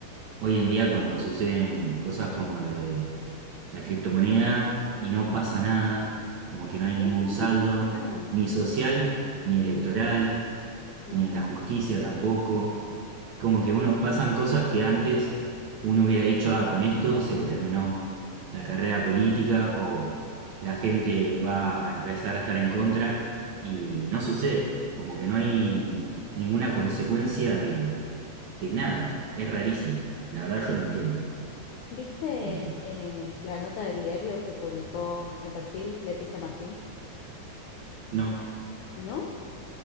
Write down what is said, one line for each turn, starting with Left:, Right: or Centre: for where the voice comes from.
Right: hoy en día cuando suceden cosas como lo de la criptomoneda y no pasa nada, como que no
Left: Me
Right: hay
Left: parece
Right: ningún saldo,
Left: que no pasa nada.
Right: ni social, ni electoral
Left: No.
Right: ni en la justicia tampoco. Como que uno pasan cosas que antes uno hubiera dicho, ah, con esto se le terminó la carrera política o la gente va a empezar a estar en contra y no sucede, como que no hay ninguna consecuencia de, de nada. Es rarísimo. La verdad yo no entiendo
Left: ¿Viste
Right: bien qué pasa.
Left: eh, la nota del diario que publicó en perfil Leticia Martín?
Right: No,
Left: ¿No?